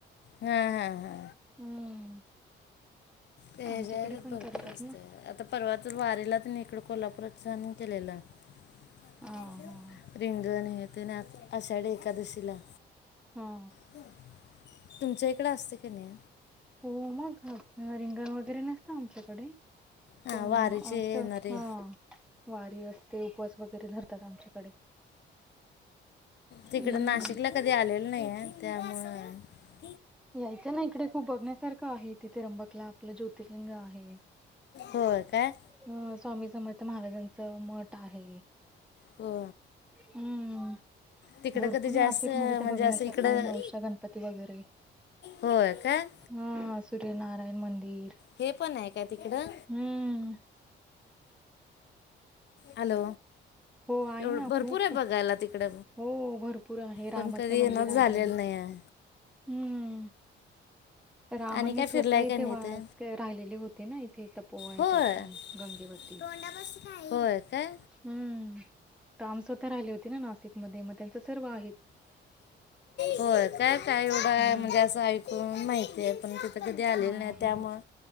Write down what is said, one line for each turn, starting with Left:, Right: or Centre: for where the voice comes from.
Left: हा हा हा.
Centre: हम्म.
Left: ते हेजा
Centre: आमच्याकडे
Left: वेळी
Centre: पण
Left: भरपूर
Centre: करतात
Left: असते
Centre: ना
Left: आता परवा तर वारीला तेन इकडं कोल्हापूरात छान केलेलं. <inaudible>
Centre: हा हा
Left: रिंगण हे ते ना आषाढी, एकादशीला.
Centre: हा.
Left: <inaudible> तुमच्या इकडं असतयं क नी?
Centre: हो मग रिंगण वगैरे नसत आमच्याकडे.
Left: हां
Centre: पण
Left: वारीचे
Centre: मग असत.
Left: येणारे
Centre: हा. वारी असते उपवास वगैरे धरतात आमच्याकडे.
Left: तिकड
Centre: हम्म
Left: नाशिकला कधी आलेल नाहीय त्यामुळ.
Centre: यायचं ना इकडे खूप बघण्यासारखं आहे त्रंबकला, आपलं ज्योतिर्लिंग आहे.
Left: व्हयं काय?
Centre: अ स्वामी समर्थ महाराजांच मठ आहे.
Left: हो.
Centre: हम्म.
Left: तिकडं
Centre: भरपूर
Left: कधी जास्त
Centre: नाशिक मध्ये तर
Left: म्हणजे
Centre: बघण्यासारखा
Left: असं इकडं
Centre: आहे नवशा गणपती वगैरे.
Left: होय कायं?
Centre: हा सूर्यनारायण मंदिर
Left: हे पण आहे का तिकडं?
Centre: हम्म.
Left: हॅलो!
Centre: हो आहे
Left: एवढ
Centre: ना
Left: भरपूर
Centre: खूप
Left: आहे बघायला तिकड
Centre: हो भरपूर आहे रामाचं
Left: पण कधी
Centre: मंदिर
Left: येनच झालेलं
Centre: आहे
Left: नाहीय.
Centre: हम्म. रामानी
Left: आणि काय
Centre: स्वतः
Left: फिरलाय
Centre: इथे
Left: का नाही
Centre: वास
Left: ते
Centre: राहिलेली होती ना इथे तपोव ह्याच्यात
Left: होय
Centre: गंगेवर ती
Left: तोंडापाशी काय होय काय
Centre: हम्म काम स्वतः राहिले होती ना नाशिक मध्ये म त्यांच सर्व आ
Left: होय काय काय एवढं
Centre: हम्म.
Left: म्हणजे असं ऐ कुन माहितीय पण तिथं कधी आलेलं
Centre: हा
Left: नाही
Centre: हा
Left: त्यामुळ